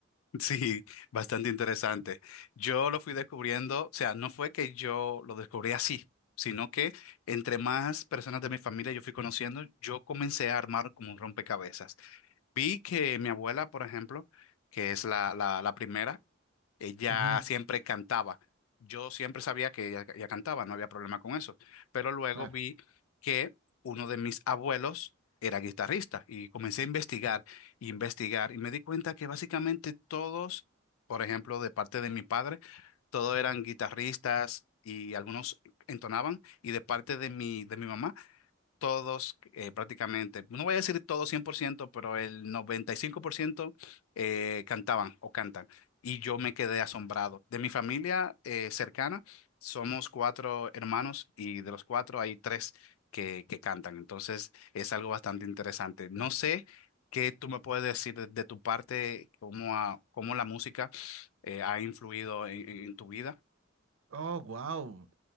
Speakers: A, on the left; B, on the right.
A: <laughs> Sí, bastante interesante. Yo lo fui descubriendo, o sea, no fue que yo lo descubrí así, sino que entre más personas de mi familia yo fui conociendo, yo comencé a armar como un rompecabezas. Vi que mi abuela, por ejemplo, que es la, la, la primera, Ella
B: Ujú,
A: siempre cantaba. Yo siempre sabía que ella, ella cantaba, no había problema con eso. Pero luego
B: claro.
A: vi que uno de mis abuelos era guitarrista y comencé a investigar, investigar y me di cuenta que básicamente todos, por ejemplo, de parte de mi padre, todos eran guitarristas y algunos entonaban y de parte de mi, de mi mamá todos eh, prácticamente, no voy a decir todos 100%, pero el 95% eh, cantaban o cantan. Y yo me quedé asombrado. De mi familia eh, cercana, somos cuatro hermanos y de los cuatro hay tres que, que cantan. Entonces es algo bastante interesante. No sé qué tú me puedes decir de, de tu parte, cómo, ha- cómo la música eh, ha influido en, en- en tu vida.
B: Oh, wow.